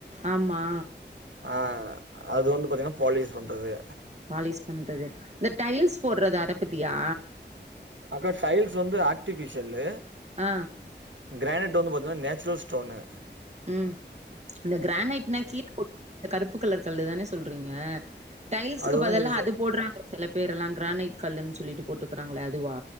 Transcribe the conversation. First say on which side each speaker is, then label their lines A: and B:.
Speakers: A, on the right (about 35°); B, on the right (about 85°).
A: ஆமா
B: ஆ அது வந்து பாத்தீங்கனா பாலிஸ் பண்றது
A: பாலிஷ் பண்றது இந்த டைல்ஸ் போட்றது அத பத்தியா
B: அக்கா டைல்ஸ் வந்து ஆர்ட்டிஃபிஷியலு
A: ஆ
B: கிரானெட் வந்து பாத்தீன்னா நேச்சுரல் ஸ்டோன்னு
A: ம் இந்த கிரானைட்னா கீழ் போட்ற கருப்பு கலர் கல்லுதானே சொல்றீங்க டைல்ஸுக்கு
B: அது வந்து
A: பதிலா
B: நீங்க சொ
A: அது போடுறாங்க சில பேரெஷ்லா கிரானைட் கல்லுன் சொல்லிட்டு போட்டுக்கிறாங்களே அதுவா